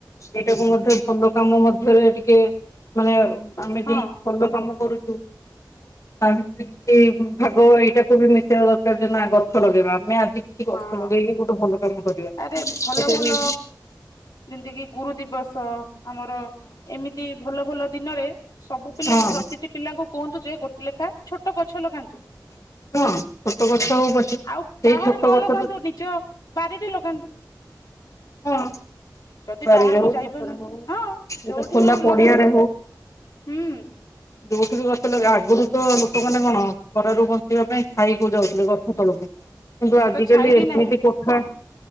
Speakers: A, on the left; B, on the left.
A: ଏଇଟାକୁ ମଧ୍ୟ ଭଲ କାମ ମଧ୍ୟରେ ଟିକେ ମାନେ ଆମେ ବି
B: ହଁ
A: ଭଲ କାମ କରୁଚୁ ତା ଭିତରେ କିଛି ଭାଗ ଏଇଟାକୁ ବି ମିଶେଇବା ଦରକାର ଯେ ନା ଗଛ ଲଗେଇବା ମ୍ୟାମ୍ କିଛି ଗଛ
B: ହଁ।
A: ଲଗେଇକି ଗୋଟେ ଭଲ କାମ କରିବା
B: ଆରେ
A: ସେଟା
B: ଭଲ ଭଲ
A: ବି
B: ଯେମିତି କିି ଗୁରୁ ଦିବସ। ଆମର ଏମିତି ଭଲ ଭଲ ଦିନରେ ସବୁ ପିଲାଙ୍କୁ
A: ହଁ।
B: ପ୍ରତିଟି ପିଲାଙ୍କୁ କୁହନ୍ତୁ ଯେ ଗୋଟେ ଲେଖା ଛୋଟ ଗଛ ଲଗାନ୍ତୁ
A: ହଁ ଛୋଟ ବଛ ହଉ ପଛି ସେଇ
B: ଆଉ ବାହାରେ
A: ଛୋଟ
B: ନ
A: ବଛ
B: ଲଗାନ୍ତୁ ନିଜ ବାାରିରେ ଲଗାନ୍ତୁ ବ
A: ହଁ
B: ଯଦି
A: ବାରିରେ
B: ବାହାରକୁ
A: ହଉ
B: ଯାଇପାରୁନାହାନ୍ତି
A: ଛାତରେ ହଉ
B: ହଁ
A: ସେଟା
B: ଯୋଉଠି
A: ଖୋଲା
B: ହଉ
A: ପଡିଆରେ
B: ଲଗାନ୍ତୁ ହୁଁ
A: ଯୋଉଠ ବି ଗଛ ଲ ଆଗରୁ ତ ଲୋକମାନେ କଣ ଘରାରୁ ବଞ୍ଚିବା ପାଇଁ ଖାଇକକୁ ଯାଉଥିଲେ ଗଛ ତଳକୁ କିନ୍ତୁ
B: ଏବେ
A: ଆଜିିକାଲି
B: ତ ଛାଇ ବି
A: ଏମିତି
B: ନାହିଁ
A: କଖା